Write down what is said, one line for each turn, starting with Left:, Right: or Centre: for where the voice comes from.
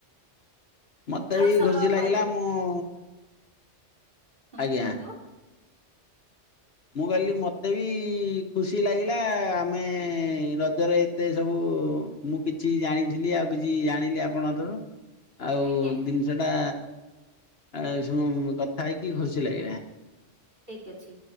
Left: ମତେ
Right: ଆଉ
Left: ବି
Right: ସମୟ
Left: ଖୁସି ଲାଗିଲା
Right: ପାଇଲି
Left: ମୁଁ
Right: ହଁ
Left: ଆଜ୍ଞା।
Right: କୁହ ତ
Left: ମୁଁ କହିଲି ମତେ ବି ଖୁସି ଲାଗିଲା ଆମେ ରଜରେ ଏତେ ସବୁ ମୁଁ କିଛି ଜାଣିଥିଲି ଆଉ କିଛି ଜାଣିଲି ଆପଣଙ୍କ ଠାରୁ ଆଉ
Right: ଆଜ୍ଞା
Left: ଜିନିଷ ଟା ଆଉ କଥା ହେଇକି ଖୁସି ଲାଗିଲ।
Right: ଠିକ ଅଛି